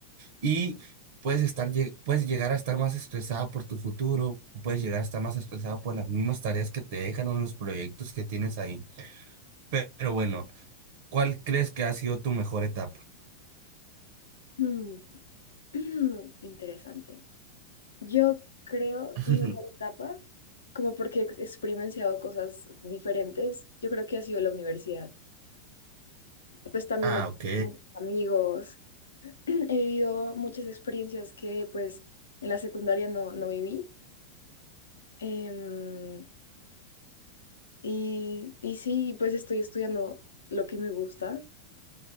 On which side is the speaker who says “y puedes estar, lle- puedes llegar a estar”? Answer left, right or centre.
Right